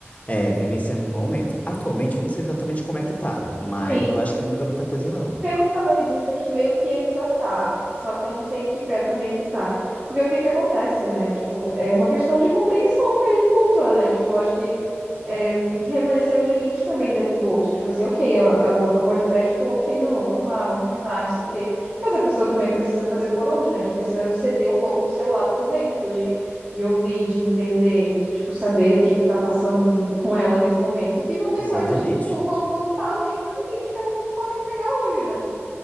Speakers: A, on the left; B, on the right.
A: é, vivenciando no momento. Atualmente, eu não sei exatamente como é que tá, mas
B: Sim,
A: eu acho que não mudou muita coisa, não.
B: Pelo que ela me disse aqui, meio que ainda tá. Só que eu não sei em que pé também que tá. Porque o que que acontece, né? Tipo, é uma questão de compreensão mesmo mútua, né? Tipo, eu acho que é, reconhecer os limites também dali do outro. Tipo assim, ok, a, a Luana pode até, tipo, ok, não, vamos lá, vamos tentar, não sei o quê. Mas a pessoa também precisa fazer por onde, né? Tipo, precisa ceder um pouco do seu lado também, tipo, de, de ouvir, de entender, de, tipo, saber o que que tá passando com, com ela nesse momento. E que vão ter
A: Exatamente.
B: coisas que, tipo, vão, vão tá além do limite que ela pode entregar hoje, né?